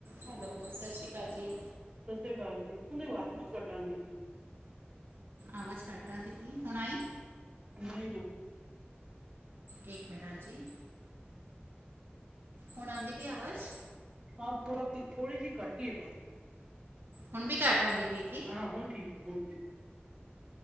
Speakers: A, on the right; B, on the right.
A: Hello, ਸਤਿ ਸ੍ਰੀ ਅਕਾਲ ਜੀ।
B: ਸਤਿ ਸ੍ਰੀ ਅਕਾਲ ਜੀ। ਉਂਦੇ ਵਾਜ ਬੋਤ ਘਟ ਆਂਦੀ ਪੀ।
A: ਆਵਾਜ ਘਟ ਆਂਦੀ ਪੀ। ਹੁਣ ਆਈ?
B: ਨਈ ਨਾ
A: ਏਕ ਮਿਨਟ ਜੀ। ਹੁਣ ਆਂਦੀ ਪੀ ਆਵਾਜ਼?
B: ਹਾਂ ਥੋੜਾ ਥੋੜੀ ਜਿ ਘੱਟੀ ਈਏ ਪਰ
A: ਹੁਨ ਵੀ ਘੱਟ ਆਂਦੀ ਪੀਏ ਕਿ?
B: ਹਾਂ ਹੁਨ ਠੀਕ ਏ, ਹੁਨ ਠੀਕ।